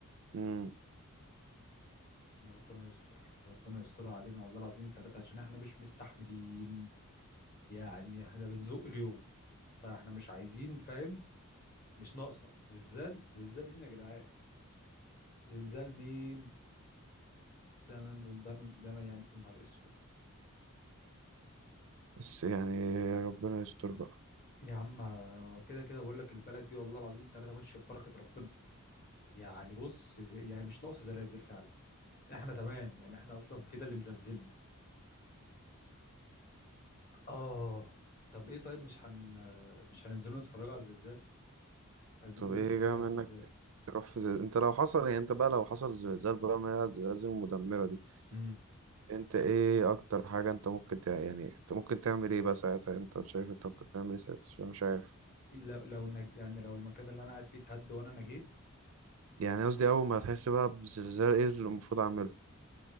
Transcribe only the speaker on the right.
امم
بس يعني ربنا يستر بقى
طب
ايه
جاي
منك
ت- تروح في زي... انت لو حصل يعني انت بقى لو حصل زلزال بقى ما هي الزلازل المدمرة دي
انت ايه اكتر حاجة انت ممكن تع... يعني انت ممكن تعمل ايه بقى ساعتها انت شايف انت ممكن تعمل ايه ساعتها عشان مش عارف
يعني قصدي اول ما تحس بقى بزلزال ايه اللي المفروض اعمله